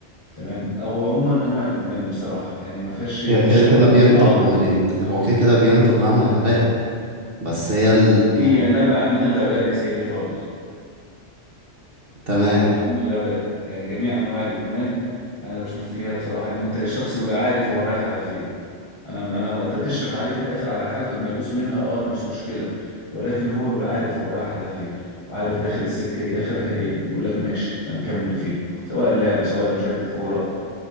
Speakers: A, on the left; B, on the right.
A: تمام او عموما انواع الادمان بصراحه يعني ما فيهاش شيء
B: هي
A: من
B: كده
A: الشفقه
B: كده بينتج
A: والتعاطف
B: عن الانت... هو كده كده بينتج عنها غباء بس هي ال...
A: هي
B: يعني
A: نبع من الغباء يا سيدي الفاضل
B: تمام
A: نبع من الغباء يعني جميع انواع الادمان انا بشوف فيها بصراحه ان انت الشخص بيبقى عارف هو رايح على فين انا انا وقت بتشفق عليه في الاخر على حالته الميؤوس منها اه مفيش مشكله ولكن هو بيبقى عارف هو رايح على فين وعارف داخل السكه دي اخرها ايه يقول لك ماشي انا مكمل فيه سواء اللعبه سواء مشاهده كوره